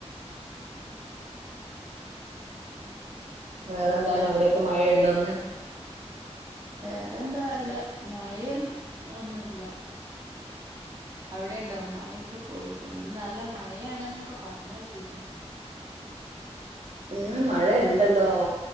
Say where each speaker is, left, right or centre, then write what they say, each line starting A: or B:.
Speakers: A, on the right; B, on the right.
A: വേറെ എന്താണ്
B: വേ
A: അവിടൊക്കെ മഴയുണ്ടോന്ന്?
B: വേറെന്താല്ലേ, മഴ ഒന്നുമില്ല. അവിടെ ഉണ്ടോ മ മഴയൊക്കെ പോയിക്കണം നല്ല മഴയാണ്ന്നൊക്കെ പറഞ്ഞ കേട്ടീന്നു.
A: ഇന്ന് മഴ ഉണ്ടല്ലോ